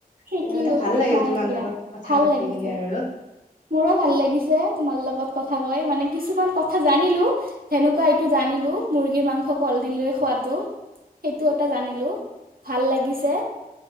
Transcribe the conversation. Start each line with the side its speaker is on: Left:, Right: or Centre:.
Right: শিকিলো
Left: <unintelligible> ভাল লাগিল
Right: হয়
Left: তোমাৰ
Right: দিয়া
Left: লগত কথা
Right: ভাল
Left: পাতি
Right: লাগিছে
Left: কিনে আৰু।
Right: মোৰো ভাল লাগিছে তোমাৰ লগত কথা কৈ মানে কিছুমান কথা জানিলোঁ। সেনেকুৱা এইটো জনাইলোঁ, মুৰ্গীৰ মাংস কলডিলেৰে খোৱাটো। সেইটো এটা জানিলোঁ, ভাল লাগিছে।